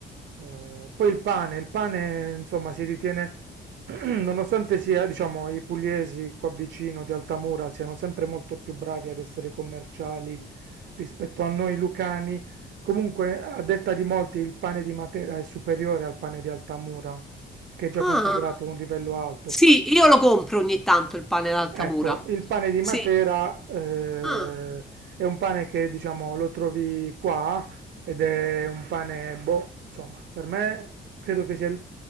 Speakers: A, on the right; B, in the centre.
A: Eh, poi il pane, il pane, insomma, si ritiene, <clears throat> nonostante sia, diciamo, i pugliesi qua vicino di Altamura siano sempre molto più bravi ad essere commerciali rispetto a noi lucani, Comunque, a detta di molti, il pane di Matera è superiore al pane di Altamura, che è già
B: Ah,
A: considerato un livello alto.
B: sì, io lo compro ogni tanto il pane d'Altamura.
A: Ecco, il pane di
B: Sì.
A: Matera, eh,
B: Ah,
A: è un pane che, diciamo, lo trovi qua ed è un pane, boh, insomma, per me credo che sia il,